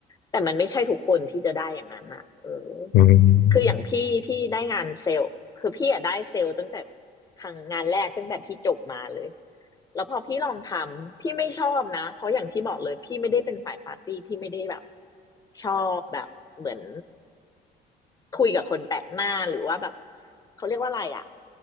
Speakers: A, on the left; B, on the left.
A: แต่มันไม่ใช่ทุกคนที่จะได้อย่างนั้นอ่ะเออ
B: อืม
A: คืออย่างพี่พี่ได้งานเซลล์คือพี่อะได้เซลล์ตั้งแต่ครั้งงานแรกตั้งแต่พี่จบมาเลยแล้วพอพี่ลองทำพี่ไม่ชอบนะเพราะอย่างที่บอกเลยพี่ไม่ได้เป็นสายปาร์ตี้พี่ไม่ได้แบบชอบแบบเหมือนคุยกับคนแปลกหน้าหรือว่าแบบเขาเรียกว่าอะไรอะ